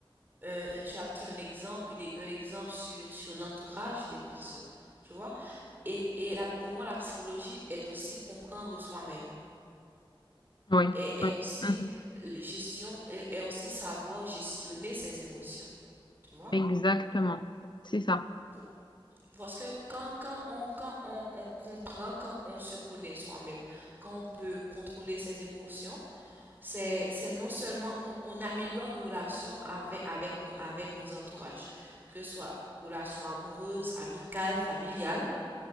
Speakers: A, on the right; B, on the left.
A: euh, tu as pris un exemple, une- un exemple sur, sur l'entourage des personnes. Tu vois? Et, et là, pour moi, la psychologie est aussi comprendre soi-même.
B: Oui,
A: Et est
B: oui.
A: aussi
B: Mhm.
A: euh, gestion, est est aussi savoir gestionner ses émotions. Tu vois?
B: Exactement. C'est ça.
A: Pour- Parce que quand, quand, on, quand on, on comprend, quand on se connaît soi-même, quand on peut contrôler ses émotions, c'est, c'est non seulement on, on améliore nos relations avec, avec, nos, avec nos entourages, que ce soit relations amoureuses, amicales, familiales,